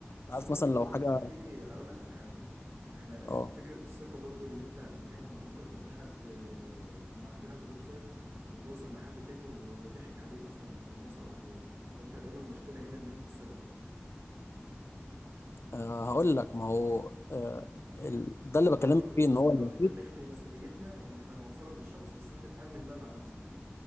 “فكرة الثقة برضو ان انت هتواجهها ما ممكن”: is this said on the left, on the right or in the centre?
Right